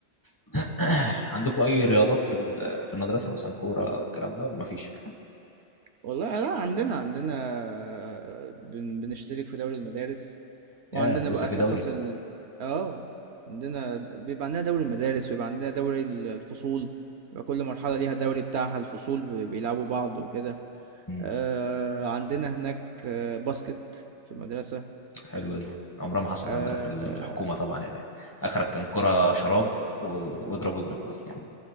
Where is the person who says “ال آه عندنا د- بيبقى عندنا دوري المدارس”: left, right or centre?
Right